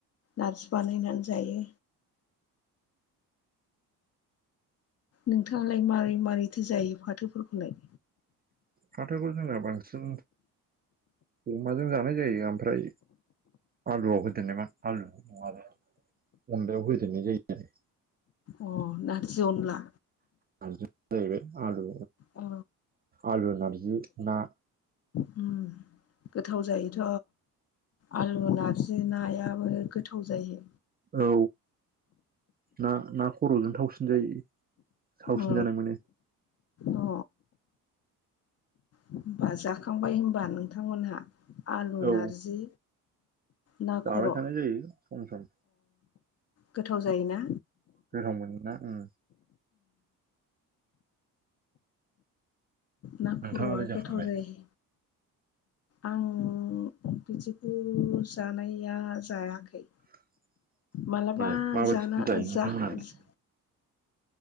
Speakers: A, on the left; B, on the right.
A: नारजि बानायनानै जायो। नोंथाङालाय मारै मारैथो जायो फाथोफोरखौलाय?
B: फाथोखौ जोंना बांसिन अमाजों जानाय जायो ओमफ्राय आलुआव होदोननाय मा आलु नङाबा अनदायाव होदेरनाय जायो आरो
A: अ नारजि अनला
B: नारजि जाहैबाय आलु
A: औ
B: आलु नारजि ना
A: उम गोथाव जायोथ' आलु नारजि नायाबो गोथाव जायो।
B: औ ना ना खर'जों थावसिन जायो। थावसिन
A: औ
B: जानाय मोनो
A: अ होमबा जाखांबाय होनोमबा नोंथांमोनहा आलु
B: औ
A: नारजि? ना
B: जाबाय
A: खर' औ
B: थानाय जायो सम सम
A: गोथाव जायोना?
B: गोथावमोनो ना उम
A: ना खर'आ
B: नोंथाङालाय जाखांबाय
A: गोथाव जायो। आं बिदिखौ जानाया जायाखै
B: <unintelligible>
A: मालाबा
B: ए माबायदि
A: जाना
B: जायो नोंथांमोनालाय
A: जा जा